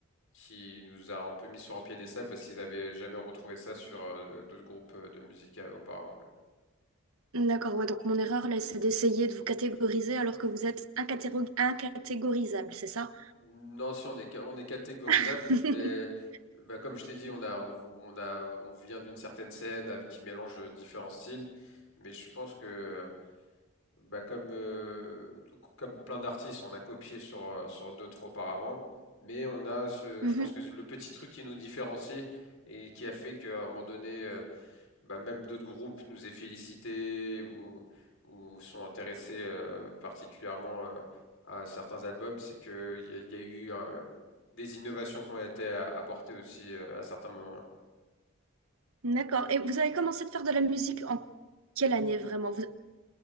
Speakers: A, on the left; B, on the right.
A: qui nous a un peu mis sur un piédestal parce qu'ils avaient jamais retrouvé ça sur euh, d'autres groupes euh, de musique euh, auparavant, quoi.
B: D'accord. Ouais, donc mon erreur, là, c'est d'essayer de vous catégoriser alors que vous êtes incatéro- incatégorisable, c'est ça?
A: Non, si on est ca- on est catégorisable,
B: <laughs>
A: mais bah, comme je t'ai dit, on a on, on a on vient d'une certaine scène avec, qui mélange euh, différents styles, mais je pense que bah, comme euh, donc, comme plein d'artistes, on a copié sur euh, sur d'autres auparavant, mais on a ce
B: Mhm.
A: je pense que le petit truc qui nous différencie et qui a fait qu'à un moment donné euh, bah, même d'autres groupes nous aient félicités ou, ou sont intéressés euh, particulièrement euh, à certains albums, c'est que il y, a il y a eu euh, des innovations qui ont été a- apportées aussi euh, à certains moments.
B: D'accord. Et vous avez commencé de faire de la musique en quelle année vraiment? Vous-